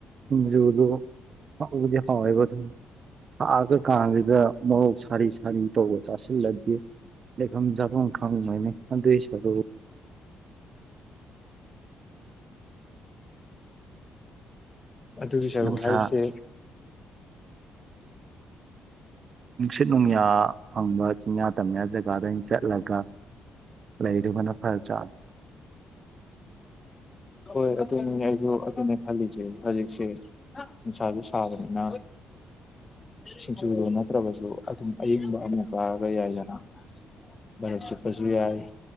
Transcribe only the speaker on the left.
ꯑꯗꯨꯒꯤ ꯁꯔꯨꯛ
ꯍꯥꯏꯔꯤꯁꯦ
ꯍꯣꯏ ꯑꯗꯨꯅꯤ ꯑꯩꯖꯨ ꯑꯗꯨꯅꯦ ꯈꯜꯂꯤꯁꯦ ꯍꯧꯖꯤꯛꯁꯦ ꯅꯨꯡꯁꯥꯖꯨ ꯁꯥꯕ ꯅ ꯆꯤꯡꯆꯨꯗꯣ ꯅꯠꯇ꯭ꯔꯕꯁꯨ ꯑꯗꯨꯝ ꯑꯏꯪꯕ ꯑꯃ ꯆꯥꯔꯒ ꯌꯥꯏꯗꯅ ꯕꯔꯞ ꯆꯨꯞꯄꯖꯨ ꯌꯥꯏ